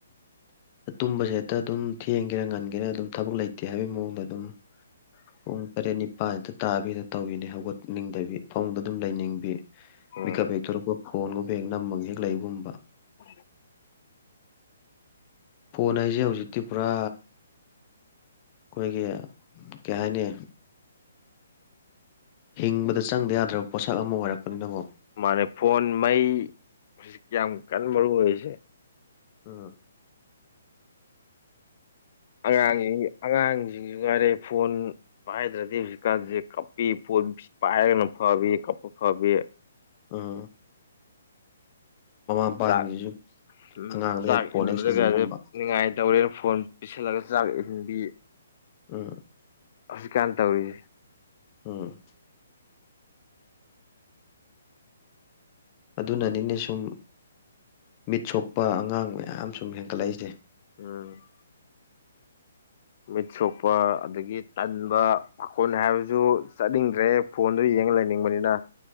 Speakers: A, on the left; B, on the left.
A: ꯇꯨꯝꯕꯁꯦ ꯍꯦꯛꯇ ꯑꯗꯨꯝ ꯊꯦꯡꯒꯦꯔꯥ ꯉꯟꯒꯦꯔꯥ ꯑꯗꯨꯝ ꯊꯕꯛ ꯂꯩꯇꯦ ꯍꯥꯏꯕꯒꯤ ꯃꯑꯣꯡꯗ ꯑꯗꯨꯝ ꯄꯨꯡ ꯇꯔꯦꯠ ꯅꯤꯄꯥꯜ ꯍꯤꯛꯇ ꯇꯥꯕꯤꯔ ꯇꯧꯤꯅꯤ ꯍꯧꯒꯠꯅꯤꯡꯗꯕꯤ ꯐꯣꯡꯗ ꯑꯗꯨꯝ ꯂꯩꯅꯤꯡꯕꯤ
B: ꯎꯝ
A: ꯃꯤꯀꯞ ꯍꯦꯛꯊꯣꯔꯛꯄ ꯐꯣꯟꯒꯨꯝꯕ ꯍꯦꯛ ꯅꯝꯃꯒ ꯍꯦꯛ ꯂꯩꯕꯒꯨꯝꯕ
B: <unintelligible>
A: ꯐꯣꯟ ꯍꯥꯏꯁꯦ ꯍꯧꯖꯤꯛꯇꯤ ꯄꯨꯔꯥ ꯑꯩꯈꯣꯏꯒꯤ ꯀꯩ ꯍꯥꯏꯅꯤ ꯍꯤꯡꯕꯗ ꯆꯪꯗ ꯌꯥꯗ꯭ꯔꯕ ꯄꯣꯠꯁꯛ ꯑꯃ ꯑꯣꯏꯔꯛꯄꯅꯤꯅꯕꯣ
B: ꯃꯥꯅꯦ ꯐꯣꯟ ꯃꯩ ꯌꯥꯝ ꯀꯟꯅ ꯃꯔꯨ ꯑꯣꯏꯔꯤꯁꯦ
A: ꯑꯝ
B: ꯑꯉꯥꯡꯁꯤꯡ ꯑꯉꯥꯡꯁꯤꯡꯁꯨ ꯉꯥꯏꯔꯦ ꯐꯣꯟ ꯄꯥꯏꯗ꯭ꯔꯗꯤ ꯍꯧꯖꯤꯛꯀꯥꯟꯁꯦ ꯀꯞꯄꯤ ꯐ‌ꯣꯅ ꯄꯥꯏꯔꯒꯅ ꯐꯕꯤ ꯀꯞꯄ ꯐꯕꯤ
A: ꯑ ꯃꯄꯥꯁꯤꯡꯁꯤꯁꯨ
B: ꯆꯥꯛ ꯎꯝ
A: ꯑꯉꯥꯡꯗ
B: ꯆꯥꯛ
A: ꯍꯦꯛ ꯐꯣꯟ
B: ꯏꯟꯕꯗ
A: ꯍꯦꯛ ꯁꯟꯅꯕꯒꯨꯝꯕ
B: ꯈꯁꯦꯅꯤꯡꯉꯥꯏ ꯇꯧꯔꯦꯅ ꯐꯣꯟ ꯄꯤꯤꯁꯜꯂꯒ ꯆꯥꯛ ꯏꯟꯕꯤ
A: ꯎꯝ
B: ꯍꯧꯖꯤꯛꯀꯥꯟ ꯇꯧꯔꯤꯁꯦ
A: ꯎꯝ ꯑꯗꯨꯅꯅꯤꯅꯦ ꯁꯨꯝ ꯃꯤꯠ ꯁꯣꯛꯄ ꯑꯉꯥꯡ ꯃꯌꯥꯝ ꯁꯨꯝ ꯍꯦꯟꯒꯠꯂꯛꯏꯁꯦ
B: ꯎꯝ
A: <inaudible>
B: ꯃꯤꯠ ꯁꯣꯛꯄ ꯑꯗꯒꯤ ꯇꯟꯕ ꯄꯥꯈꯣꯟ ꯍꯥꯏꯕꯁꯨ ꯆꯠꯅꯤꯡꯗ꯭ꯔꯦ ꯐꯣꯟꯗꯨ ꯌꯦꯡꯉ ꯂꯩꯅꯤꯡꯕꯅꯤꯅ